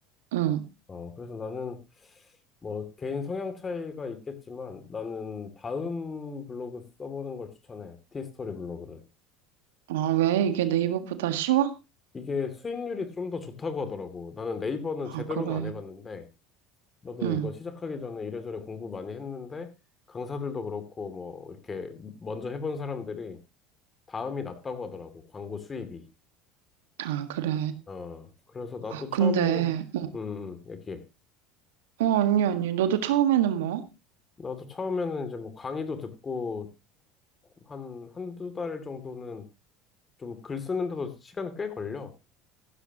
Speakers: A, on the right; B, on the left.
A: 음.
B: 어, 그래서 나는 뭐 개인 성향 차이가 있겠지만 나는 다음 블로그 써보는 걸 추천해. 티스토리 블로그를.
A: 아, 왜? 이게 네이버보다 쉬워?
B: 이게 수익률이 좀 더 좋다고 하더라고. 나는 네이버는
A: 아,
B: 제대로는
A: 그래.
B: 안 해봤는데, 나도
A: 음,
B: 이거 시작하기 전에 이래저래 공부 많이 했는데, 강사들도 그렇고, 뭐, 이렇게 먼저 해본 사람들이 다음이 낫다고 하더라고. 광고 수입이.
A: 아, 그래.
B: 어, 그래서 나도
A: 아,
B: 처음에는,
A: 근데,
B: 음, 음, 얘기해.
A: 어, 어, 아니, 아니. 너도 처음에는 뭐?
B: 나도 처음에는 이제 뭐 강의도 듣고 한, 한두 달 정도는 좀 글 쓰는데도 시간이 꽤 걸려.